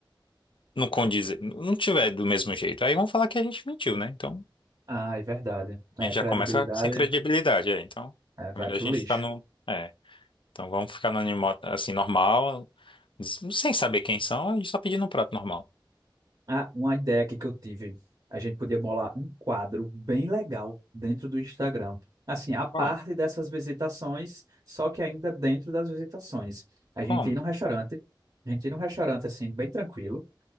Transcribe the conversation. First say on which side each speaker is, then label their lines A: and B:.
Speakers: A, on the left; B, on the right.
A: não condiz, não tiver do mesmo jeito. Aí vão falar que a gente mentiu, né? Então,
B: Ah, é verdade.
A: a
B: É,
A: gente
B: a
A: já
B: credibilidade,
A: começa sem credibilidade, é. Então,
B: é, vai
A: é melhor
B: pro
A: a gente
B: lixo.
A: ficar no. É, então vamos ficar no animo- assim, normal, s- sem saber quem são, a gente só pedindo um prato normal.
B: Ah, uma ideia aqui que eu tive. A gente podia bolar um quadro bem legal dentro do Instagram. Assim, a parte
A: qual
B: dessas visitações, só que ainda dentro das visitações. A
A: Como?
B: gente ir num restaurante, a gente ir num restaurante assim, bem tranquilo.